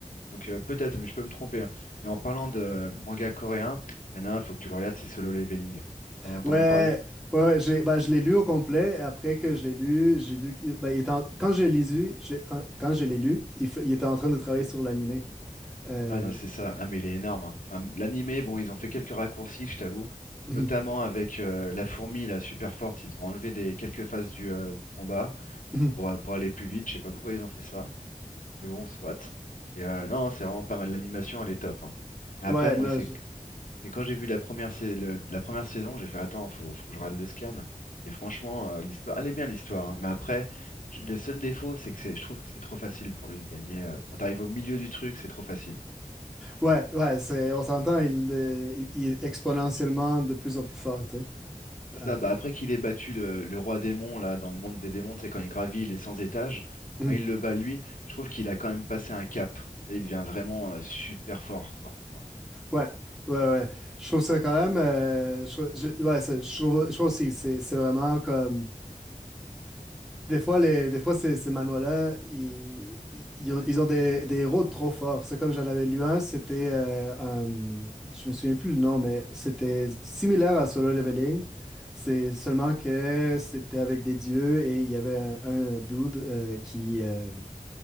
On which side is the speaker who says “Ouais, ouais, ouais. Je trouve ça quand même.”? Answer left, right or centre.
Centre